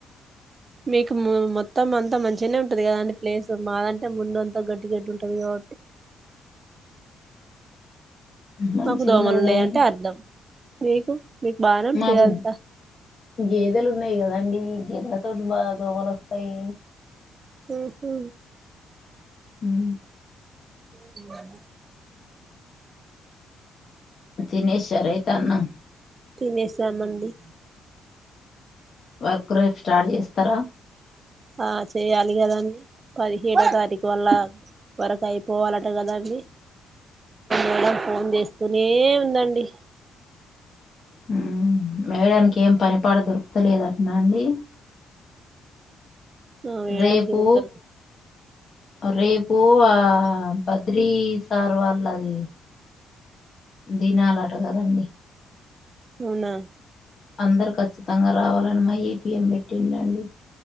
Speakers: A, on the right; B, on the left.
A: మీకు మొత్తం అంత మంచినె ఉంటది కదండి ప్లేస్ మాదంటె ముందు అంతా గడ్టి గడ్డి ఉంటది కా
B: మంచిగున్నది
A: మాకు దోమలు ఉన్నాయ
B: కానీ
A: అంట అర్ధం మీకు మీకు బానే ఉంటది
B: మాకు
A: కదంతా
B: గేదెలు ఉన్నాయి కద అండి గేదెలతోటి బాగా దోమలు వస్తాయి
A: హ్మ్ హు
B: హ్మ్
A: హ్మ్
B: తినేసి షారైతనం
A: తినేసా మండి
B: వర్క్ రేపు స్టార్ట్ చేస్తారా
A: ఆ చేయాలి కదండీ పదిహేడో తారీఖు వల్ల వర్క్ అయిపోవాలంట మళ్ళ మళ్ళ ఫోన్ చేస్తూనే ఉందండి
B: హ్మ్ మేడానికి ఇంకేం పనీపాట దొరుకుతలేదంటన్న అండి
A: ఆ వేయడానికి
B: రేపు
A: ఏం దొరక
B: రేపు ఆ బద్రీ సార్ వాళ్ళది దినాలట కదండి
A: అవునా
B: అందరు ఖచ్చితంగా రావాలని మా ఏపీఎం పెట్టిండండి